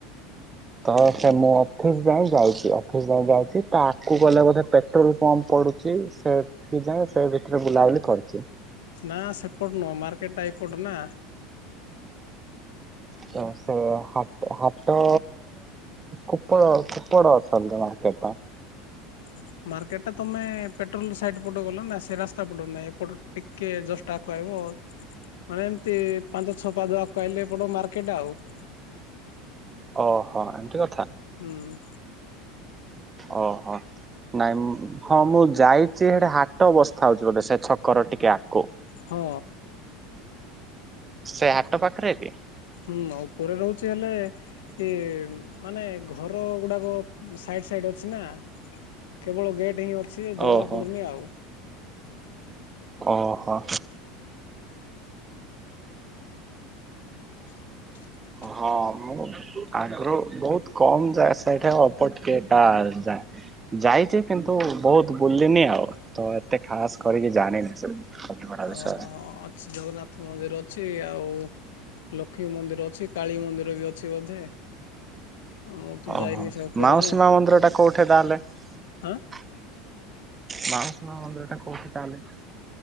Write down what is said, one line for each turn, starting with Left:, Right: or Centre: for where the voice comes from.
Right: ତ ସେ ମୁଁ ଅଫିସ ଯାଏ ଯାଇଛି, ଅଫିସ ଯାଏ ଯାଇଛି ତା ଆକୁ ଗଲେ ବୋଧେ ପେଟ୍ରୋଲ ପମ୍ପ ପଡୁଛି ସେଠୁ ଯାଏଁ ସେ ଭିତରେ ବୁଲାବୁଲି କରୁଛି।
Left: ନା ସେପଟ ନୁହଁ ମାର୍କେଟ ଟା ଏଇପଟ ନା।
Right: ତ ସେ ହା ହାଟ କୋପଡ କୋପଡ ଅଛନ୍ତି। କେଭା।
Left: <inaudible> ମାର୍କେଟ ଟା ତମେ ପେଟ୍ରୋଲ ସାଇଟ ପଟୁ ଗଲ ନା ସେ ରାସ୍ତା ପଟୁ ନାହିଁ ଏପଟୁ ଟିକେ ଜଷ୍ଟ ଆଗକୁ ଆଇବ। <unintelligible> ମାନେ ଏମତି ପାଞ୍ଚ ଛ ପାଦ ଆଗକୁ ଆଇଲେ ଏପଟ ମାର୍କେଟ ଆଉ। <inaudible>
Right: ଓହୋ ଠିକ୍ ଅ
Left: ହୁଁ।
Right: ଓହୋ। ନାଇଁ ମୁ ହଁ ମୁଁ ଯାଇଛି ହେଠି ହାଟ ବସ୍ଥା ହଉଛି ସେ ଛକର ଟିକେ ଆଗକୁ।
Left: ହଁ।
Right: ସେ ହାଟ ପାଖରେ କି?
Left: ହୁଁ ଉପରେ ରହୁଛି ହେଲେ ଏ ମାନେ ଘର ଗୁଡାକ ସାଇ ଏକ ସଇଟ୍ ଅଛି ନା କେବଳ ଗେଟ ହିଁ ଅଛି ଯେ
Right: ଓହୋ
Left: ଜଣା ପଡୁନି ଆଉ।
Right: ଓ ହୋ।
Left: <inaudible>
Right: ହଁ ମୁଁ ଆଗରୁ ବହୁତ କମ ଯାଏ ସେ ସାଇଟ୍ ଅପଟକେଟା ଯାଏ। ଯାଇଛି କିନ୍ତୁ ବହୁତ ବୁଲିନି ଆଉ ତ ଏତେ ଖାସ କରିକି ଜାଣିନି ସେ। କଲିକଟା ବିଷୟରେ
Left: ଓହୋ ହଁ ଅଛି ଜଗନ୍ନାଥ ମନ୍ଦିର ଅଛି ଆଉ ଲୋ କ୍ଷ୍ମୀ ମନ୍ଦିର ଅଛି କାଳୀ ମନ୍ଦିର ବି ଅଛି ବୋଧେ। ମୁଁ ତ
Right: ଓହୋ
Left: ଯାଇନି ସେ ଉପରକୁ
Right: ମାଉସୀ ମା ମନ୍ଦିର ଟା କୋଉଠି ତାହେଲେ?
Left: ଆଁ
Right: ମାଉସୀ ମା ମନ୍ଦିର ଟା କୋଉଠି ତାହେଲେ?